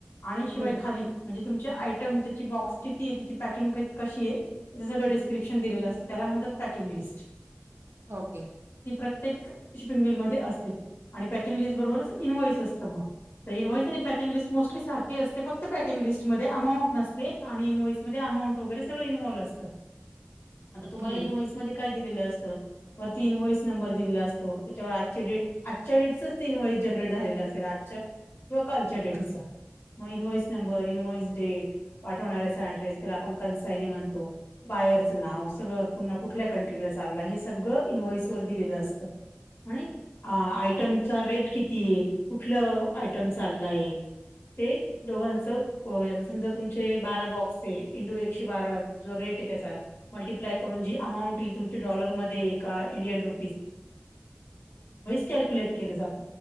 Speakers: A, on the left; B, on the right.
A: आणि शिवाय
B: हं
A: खाली म्हणजे तुमचे आयटम, त्याची बॉक्स किती आहे, त्याची पॅकिंग कशी आहे त्या सगळ डिस्क्रिप्शन दिलेलं असतं. त्याला पण पॅकिंग लिस्ट.
B: ओके
A: ही प्रत्येक शिपिंग बिल मध्ये असते आणि पॅकिंग लिस्ट बरोबरच इनवॉइस असतं मग तर इंवाईस आणि पॅकिंग लिस्ट मोस्टली सारखी असते फक्त पॅकिंग लिस्ट मध्ये अमाऊंट नसते. आणि इन्व्हइसमध्येध्ये अमाऊंट वगैरे सगळं इन्वॉल्व असतं. आता तुम्हाला
B: हं
A: इनवॉइस मध्ये काय दिलेलं असतं वरती इनव्हॉइस नंबर दिलेला असतो त्याच्यावर आज डेट आजच्या डेटसच ते इनव्हॉइस जनरेट झाले असेल किवा कालच्या डेट
B: हं
A: मग इन्व्हइस नंबर इनव्हॉइस डेट पाठवणा्याचा ऍड्रेस त्याला आपण कनसायनी म्हणतो बाय व सळ कुठल्या कंट्रीला चाल हे सगळं इ्वइस व दिलेलं असतं आणि आयटमचा रेट किती आहे कुठलं
B: हो
A: आयटम चाललाय ते दोघां समजा तुम बारा बॉक्स इंू एकशे बारा जो रेट त्याचाप अपलाय करून जी अमाऊंटईल तम डॉरमध्ये इि रु त्या कु जात